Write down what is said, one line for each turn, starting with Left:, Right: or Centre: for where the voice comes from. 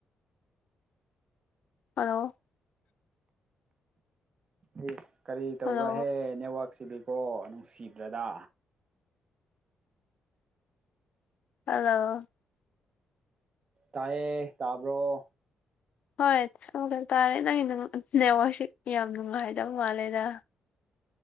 Left: ꯍꯜꯂꯣ
Right: ꯑꯦ ꯀꯔꯤ ꯇꯧꯕ꯭ꯔꯍꯦ
Left: ꯍꯜꯂꯣ
Right: ꯅꯦꯠꯋꯥꯛꯁꯤꯕꯤꯀꯣ ꯅꯨꯡꯁꯤꯕ꯭ꯔꯗ
Left: ꯍꯂꯣ
Right: ꯇꯌꯦ ꯇꯕꯣ
Left: ꯍꯣꯏ ꯊ ꯇꯥꯔꯦ ꯅꯪ ꯅꯦꯋꯥꯛꯁꯤ ꯌꯥꯝ ꯅꯨꯡꯉꯥꯏꯗꯕ ꯃꯥꯜꯂꯦꯗ